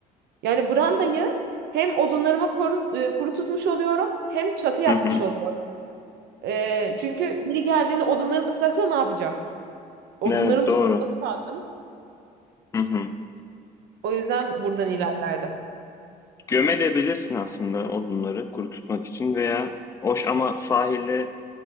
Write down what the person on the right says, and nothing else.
Yani brandayı hem odunlarımı koru- e, kuru, tutmuş oluyorum hem çatı yapmış
oluyorum. E, çünkü biri geldiğinde odunlarım ıslaksa ne yapacağım? Odunlarım
tutması lazım.
O yüzden buradan ilerlerdim.